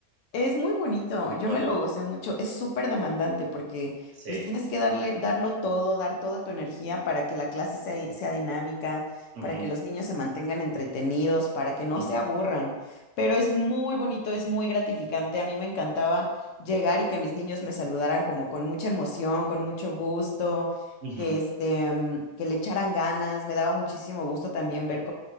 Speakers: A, on the left; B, on the right.
A: Es muy bonito, yo
B: ¿O
A: me
B: no?
A: lo gocé mucho, es súper demandante porque
B: Sí.
A: pues tienes que darle, darlo todo, dar toda tu energía para que la clase sea, di- sea dinámica,
B: Ujú,
A: para que los niños se mantengan entretenidos, para que no
B: ujú,
A: se aburran, pero es muy bonito, es muy gratificante, a mí me encantaba llegar y que mis niños me saludaran como con mucha emoción, con mucho gusto,
B: ujú,
A: que este, mm, que le echaran ganas, me daba muchísimo gusto también ver